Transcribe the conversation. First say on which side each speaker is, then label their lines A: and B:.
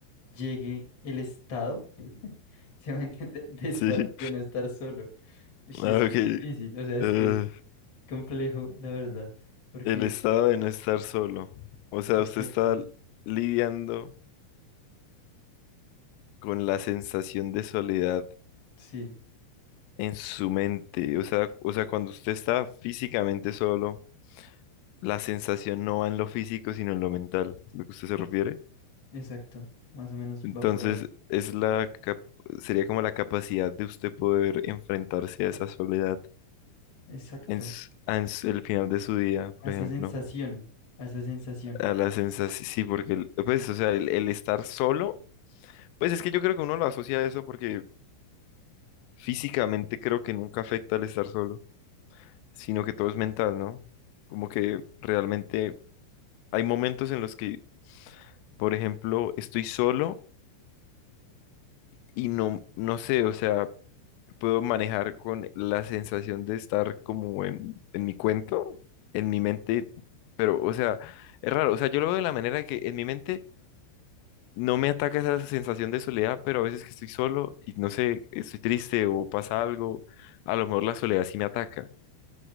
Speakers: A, on the left (about 35°); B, on the left (about 85°).
A: llegue el estado. ¿Sí me entiende? <laughs> De estar,
B: Sí.
A: de no estar solo. Uy, Sí,
B: Ah,
A: es que
B: ok.
A: es difícil, o sea, es
B: Eh,
A: que es complejo, la verdad. Porque,
B: el estado de no estar solo. O sea,
A: exacto,
B: usted está lidiando con la sensación de soledad
A: sí,
B: en su mente. O sea, o sea, cuando usted está físicamente solo, la sensación no va en lo físico, sino en lo mental, ¿es lo que usted se refiere?
A: exacto. Más o menos
B: Entonces,
A: va por ahí.
B: es la cap- sería como la capacidad de usted poder enfrentarse a esa soledad
A: Exacto.
B: en, s- a en s- el final de su día, por
A: A esa
B: ejemplo.
A: sensación, a esa sensación,
B: A la sensación, sí, porque, el- pues, o sea, el, el estar solo, pues es que yo creo que uno lo asocia a eso porque físicamente creo que nunca afecta el estar solo, sino que todo es mental, ¿no? Como que realmente hay momentos en los que, por ejemplo, estoy solo y no, no sé, o sea, puedo manejar con la sensación de estar como en, en mi cuento, en mi mente, pero, o sea, es raro, o sea, yo lo veo de la manera que en mi mente no me ataca esa sensación de soledad, pero a veces que estoy solo y no sé, estoy triste o pasa algo, a lo mejor la soledad sí me ataca.